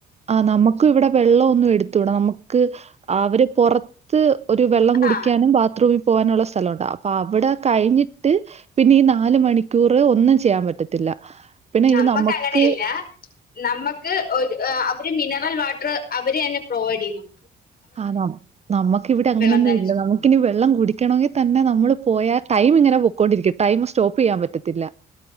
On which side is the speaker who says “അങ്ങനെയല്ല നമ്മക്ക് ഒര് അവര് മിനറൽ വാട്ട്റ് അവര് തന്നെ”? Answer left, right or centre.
Left